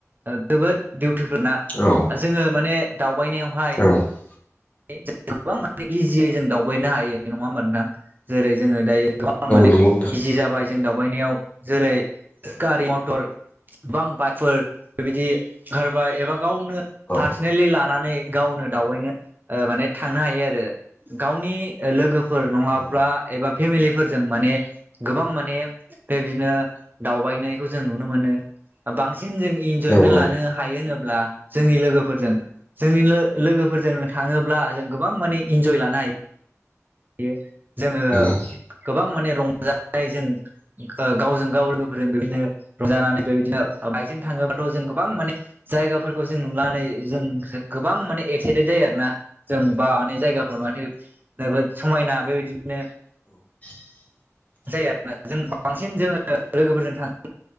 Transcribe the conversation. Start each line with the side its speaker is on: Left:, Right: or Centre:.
Right: ओ जोबोद बिउटिफुल ना
Left: औ
Right: जोङो माने दावबाय नायावहाय
Left: औ
Right: <inaudible> गोबां माने इजियै जों दावबायनो हायो। नङा ओमबा नोंथां? जेरै जोङो दायो गोबां माने
Left: नंगौ नोंथां
Right: इजि जाबाय जों दावबायनायाव। जेरै गारि मटर गोबां बाइकफोर बेबायदि ओंखारबाय एबा गावनो पार्सनेलि
Left: औ
Right: लानानै गावनो दावबैनो ओ माने थांनो हायो आरो। गावनि ओ लोगोफोर
Left: औ
Right: नङाब्ला
Left: औ
Right: एबा फेमिलिफोरजों माने गोबां माने बेबिदिनो दावबायनायखौ जों नुनो मोनो। ओ बां सिन जों इनजयमेन्ट
Left: औ
Right: लानो हायो होनोब्ला जोंनि लोगोफोरजों। जोंनि लो लोगोफोरजों थाङोब्ला जों गोबां माने इन्जय लानो हाय यो। जोङो
Left: औ
Right: गोबां माने रंजानायजों ओ गावजों गाव लोगोफोरजों बेबिदिनो रंजानानै बेबिदिनो ओ ओ बाइकजों थाङोबाथ' जों गोबां माने जायगाफोरखौ जों नुनानै जों गोबां माने एक्साइ थेद जायो आरोना। जों बा माने जायगाफ्रा माथो जोबोद समायना बेबायदिनो
Left: <inaudible>
Right: जायो आरोना जों बांसिन जोङो लोगोफोरजों थां <inaudible>